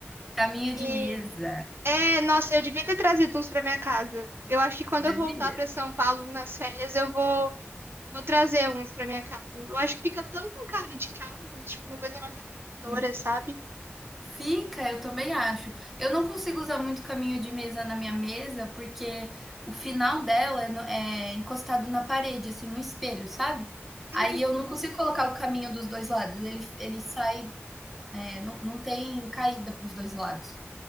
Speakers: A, in the centre; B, on the right.
A: caminho
B: E
A: de mesa,
B: É, nossa, eu devia ter trazido uns pra minha casa. Eu acho que quando
A: devia.
B: eu voltar pra São Paulo nas férias, eu vou, vou trazer uns pra minha casa. Eu acho que fica tão com cara de casa, tipo, uma coisa mais acolhedora,
A: E
B: sabe?
A: fica, eu também acho. Eu não consigo usar muito caminho de mesa na minha mesa, porque o final dela é no é encostado na parede, assim, no espelho, sabe. Aí
B: Uhum,
A: eu não consigo colocar o caminho dos 2 lados, ele ele sai, eh, não não tem caída para os 2 lados.